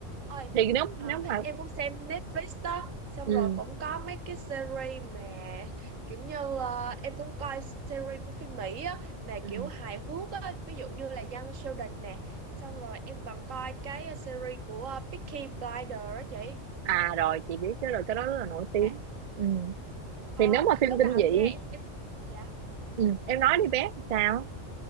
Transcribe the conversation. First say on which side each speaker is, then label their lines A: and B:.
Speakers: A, on the right; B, on the right.
A: ơi
B: thì nếu
A: à,
B: nếu mà
A: em cũng xem Netflix đó xong
B: ừ
A: rồi cũng có mấy cái series mà kiểu như à, em cũng coi series của phim Mỹ á mà
B: ừ
A: kiểu hài hước á ví dụ như là Young Sheldon nè xong rồi em còn coi cái series của uh, Peaky Blinders á chị
B: à rồi chị biết cái rồi cái đó rất là nổi
A: Dạ.
B: tiếng ừ
A: Ờ,
B: thì nếu mà phim
A: lúc
B: kinh
A: đầu
B: dị
A: nha em, em dạ
B: ừ em nói đi bé sao